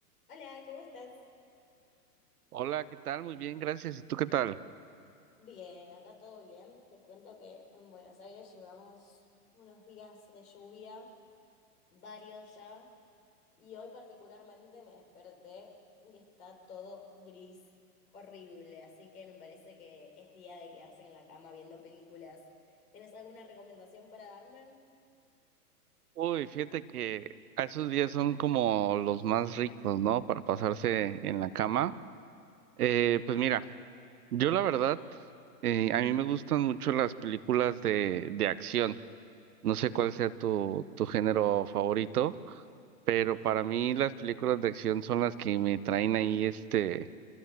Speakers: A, on the left; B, on the right.
A: Hola, ¿cómo estás?
B: Hola, ¿qué tal? Muy bien, gracias. ¿Y tú qué tal?
A: Bien, acá todo bien. Te cuento que en Buenos Aires llevamos unos días de lluvia, varios ya, y hoy particularmente me desperté y está todo gris, horrible, así que me parece que es día de quedarse en la cama viendo películas. ¿Tienes alguna recomendación para darme?
B: Uy, fíjate que a esos días son como los más ricos, ¿no? Para pasarse en la cama. Eh, pues mira, yo la verdad, eh, a mí me gustan mucho las películas de, de acción. No sé cuál sea tu, tu género favorito, pero para mí las películas de acción son las que me traen ahí, este,